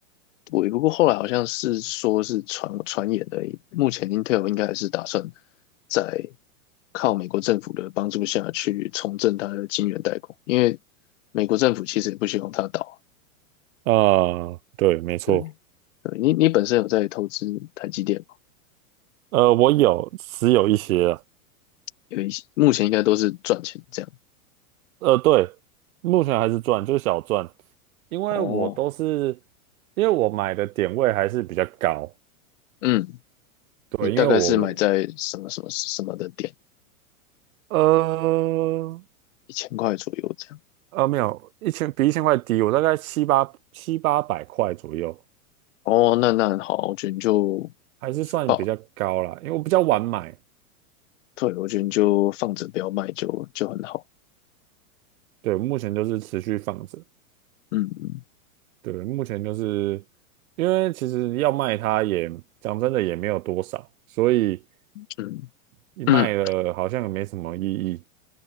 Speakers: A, on the left (about 60°); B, on the right (about 75°).
A: 我不过后来好像是说是传传言而已。目前 Intel 应该还是打算在靠美国政府的帮助下去重振它的晶圆代工，因为美国政府其实也不希望它倒。
B: 呃，对，没错，
A: 对，对你你本身有在投资台积电吗？
B: 呃，我有持有一些啊，
A: 有一些目前应该都是赚钱这样。
B: 呃，对，目前还是赚，就是小赚，因为我都是
A: 哦，
B: 因为我买的点位还是比较高，
A: 嗯，
B: 对，
A: 你大概是买在什么什么什么的点，
B: 因为我呃。
A: 一千块左右这样。
B: 呃，没有，一千比一千块低，我大概七八七八百块左右，
A: 哦，那那很好，我觉得你就
B: 还是算比较高啦，
A: 报，
B: 因为我比较晚买，
A: 对，我觉得你就放着不要卖就就很好。
B: 对，目前就是持续放着，
A: 嗯
B: 对，目前就是因为其实要卖它也讲真的也没有多少，所以
A: 嗯
B: 一卖了好像也没什么意义。
A: 嗯，